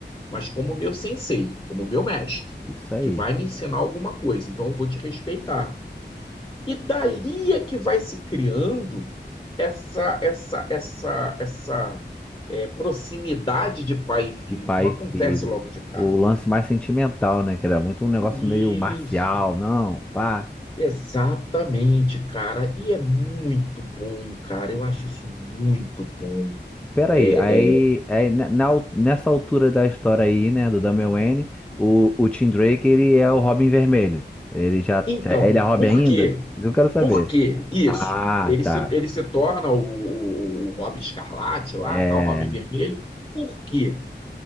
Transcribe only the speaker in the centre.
isso aí.
De pai
e filho.
O lance mais sentimental, né? Que era muito um negócio
meio marcial, não, pá.
Peraí,
aí,
aí ne- na al- nessa altura da história aí, né, do Damian Wayne, o, o Tim Drake, ele é o Robin Vermelho. Ele já,
já- ele é Robin
ainda?
Isso eu quero saber.
Ah,
tá.
é